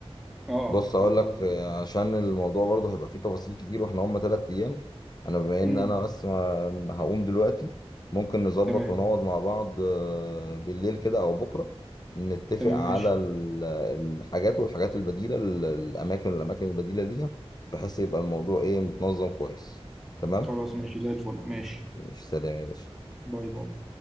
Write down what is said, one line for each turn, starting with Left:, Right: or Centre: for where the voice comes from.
Centre: اه
Left: بص اقول
Centre: و...
Left: لك آه، عشان الموضوع برضه هيبقى فيه تفاصيل كتير واحنا هم تلات ايام انا بما ان
Centre: مم.
Left: انا بس ما- هقوم دلوقتي ممكن نظبط
Centre: تمام
Left: ونقعد مع بعض آه، بالليل كده او بكره نتفق
Centre: تمام
Left: على
Centre: ماشي
Left: ال- الحاجات والحاجات البديله ال- الاماكن والاماكن البديله ليها بحيث يبقى الموضوع ايه متنظم كويس تمام
Centre: خلاص ماشي زي الفل ماشي
Left: مش سلام يا باشا
Centre: باي باي